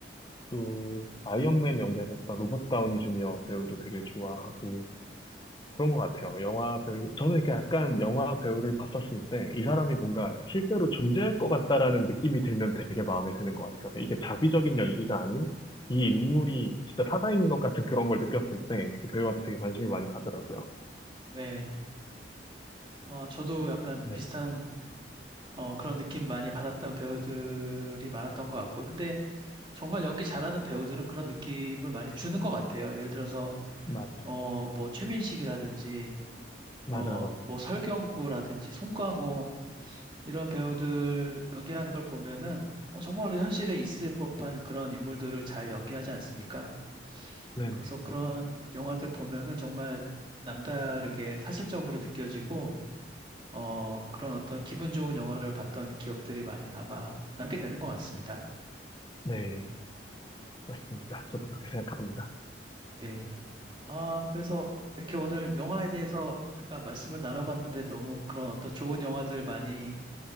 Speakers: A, on the left; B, on the right.
A: 또 아이언맨 연기하셨던 로버트 다우니 주니어 배우도 되게 좋아하고 그런 것 같아요. 영화 배우, 저는 이렇게 약간 영화 배우를 봤었을 때 이 사람이 뭔가 실제로 존재할 것 같다라는 느낌이 들면 되게 마음에 드는 것 같아요. 이게 자비적인 연기가 아닌 이 인물이 진짜 살아있는 것 같은 그런 걸 느꼈을 때 그 배우한테 되게 관심이 많이 가더라고요.
B: 네. 어, 저도 약간
A: 네,
B: 비슷한 어, 그런 느낌 많이 받았던 배우들이 많았던 것 같고요. 근데 정말 연기 잘하는 배우들은 그런 느낌을 많이 주는 것 같아요. 예를 들어서
A: 맞아요.
B: 어, 뭐 최민식이라든지
A: 맞아요,
B: 어,
A: 맞아요.
B: 뭐 설경구라든지 송강호 이런 배우들 연기하는 걸 보면은 어, 정말 현실에 있을 법한 그런 인물들을 잘 연기하지 않습니까?
A: 네네.
B: 그래서 그런 영화들 보면은 정말 남다르게 사실적으로 느껴지고, 어, 그런 어떤 기분 좋은 영화를 봤던 기억들이 많이 남아, 남게 되는 것 같습니다.
A: 네. 맞습니다. 저도 그렇게 생각합니다.
B: 네. 아, 그래서 이렇게 오늘 영화에 대해서 잠깐 말씀을 나눠봤는데 너무 그런 어떤 좋은 영화들 많이,